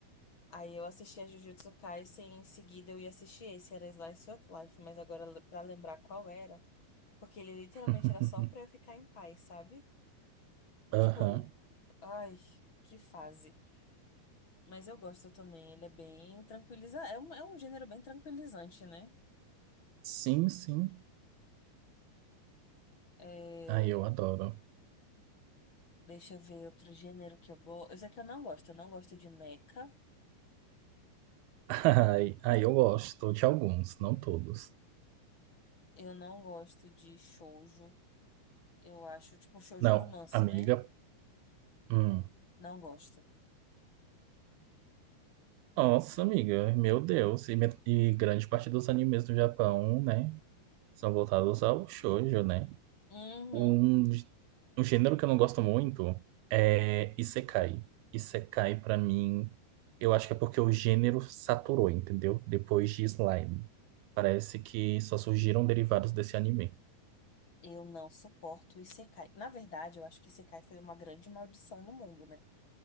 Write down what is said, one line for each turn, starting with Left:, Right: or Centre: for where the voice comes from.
Left: Aí eu assisti a Jujutsu Kaisen, em seguida eu ia assistir esse, era Slice of Life, mas agora pra lembrar qual era, porque ele literalmente
Right: <laughs>
Left: era só pra eu ficar em paz, sabe?
Right: Aham.
Left: Tipo, ai, que fase. Mas eu gosto também, ele é bem tranquilizante, é um, é um gênero bem tranquilizante, né?
Right: Sim, sim.
Left: É,
Right: Ai, eu adoro.
Left: Deixa eu ver outro gênero que eu gosto. Eu sei que eu não gosto, eu não gosto de mecha,
Right: <laughs> Ai, ai, eu gosto de alguns, não todos.
Left: eu não gosto de shoujo, eu acho, tipo, shoujo
Right: Não,
Left: romance,
Right: amiga.
Left: né?
Right: hum.
Left: Não gosto.
Right: Nossa, amiga, meu Deus. E, me- e grande parte dos animes do Japão, né? São voltados ao shoujo, né?
Left: Uhum.
Right: Um, gê- um gênero que eu não gosto muito é Isekai. Isekai, pra mim, eu acho que é porque o gênero saturou, entendeu? Depois de Slime. Parece que só surgiram derivados desse anime.
Left: Eu não suporto o Isekai. Na verdade, eu acho que Isekai foi uma grande maldição no mundo, né?